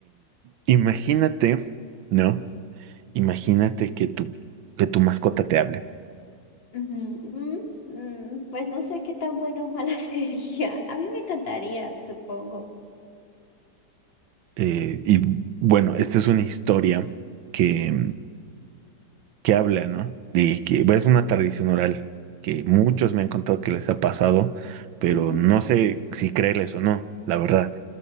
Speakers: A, on the right; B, on the left.
A: imagínate, ¿no? Imagínate que tu, que tu mascota te hable.
B: Ujú, mm, mm, Pues no sé qué tan bueno o malo <laughs> sería. A mí me encantaría, supongo.
A: Eh, y bueno, esta es una historia que que habla, ¿no? De que bueno, es una tradición oral que muchos me han contado que les ha pasado, pero
B: Ujú,
A: no sé si creerles o no, la verdad.